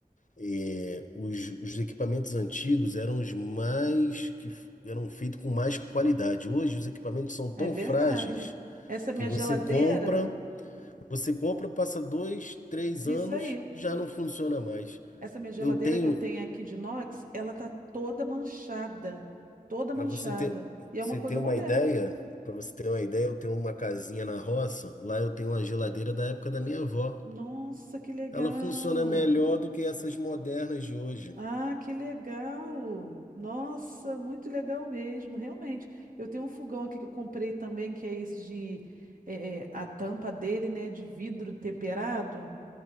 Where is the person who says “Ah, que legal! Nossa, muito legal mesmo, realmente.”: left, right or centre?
Right